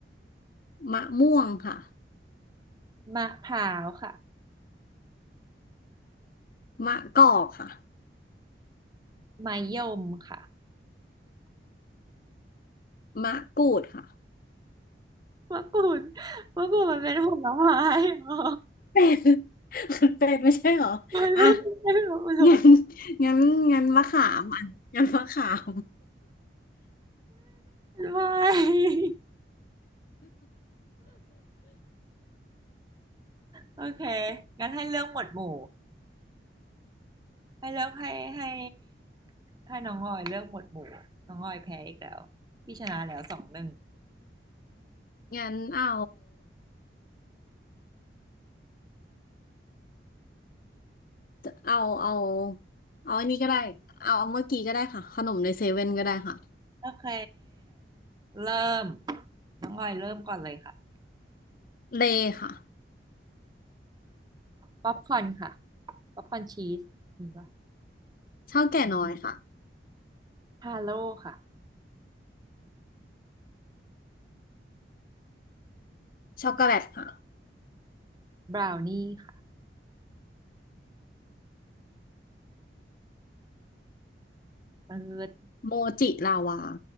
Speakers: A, on the left; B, on the right.
A: มะม่วงค่ะ
B: มะพร้าวค่ะ
A: มะกอกค่ะ
B: มะยมค่ะ
A: มะกรูดค่ะ
B: มะกรูดมะกรูดมันเป็นผลไม้เหรอ
A: เป็ดมัน <laughs> เป็ดไม่ใช่เหรออ่ะ
B: มันไม่ใช่ของมัน
A: งั้นงั้นงั้นมะขามอ่ะงั้นมะขาม
B: ไม่โอเคงั้นให้เลือกหมวดหมู่ ให้เลือกให้ให้ให้น้องออยเลือกหมวดหมู่ น้องออยแพ้อีกแล้ว พี่ชนะแล้วสองหนึ่ง
A: งั้นเอาเอาเอาเอาอันนี้ก็ได้เอาเอาเมื่อกี้ก็ได้ค่ะขนมในเซเว่นก็ได้ค่ะ
B: โอเค เริ่ม น้องออยเริ่มก่อนเลยค่ะ
A: เลย์ค่ะ
B: ป๊อปคอร์นค่ะป๊อปคอร์นชีสมีปะ
A: ข้าวแก่น้อยค่ะ
B: ทาโร่ค่ะ
A: ช็อกโกแลตค่ะ
B: บราวนี่ค่ะเติร์ด
A: โมจิลาวา